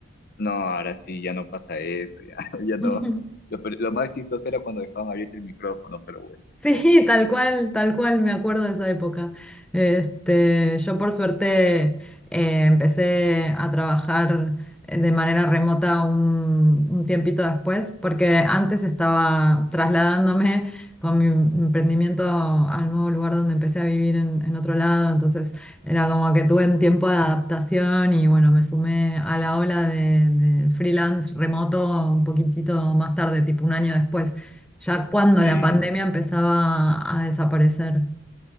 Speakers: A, on the left; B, in the centre.
A: no, ahora sí, ya no pasa eso, ya, <laughs> ya no.
B: <laughs>
A: Lo, pe- lo más chistoso era cuando dejaban abierto el micrófono, pero bueno,
B: Sí, tal cual, tal cual, me acuerdo de esa época. Este, yo por suerte eh, empecé a trabajar de manera remota un, un tiempito después, porque antes estaba trasladándome con mi emprendimiento al nuevo lugar donde empecé a vivir en, en otro lado, entonces era como que tuve un tiempo de adaptación y bueno, me sumé a la ola de, del freelance remoto un poquitito más tarde, tipo un año después. Ya cuando
A: sí.
B: la pandemia empezaba a desaparecer.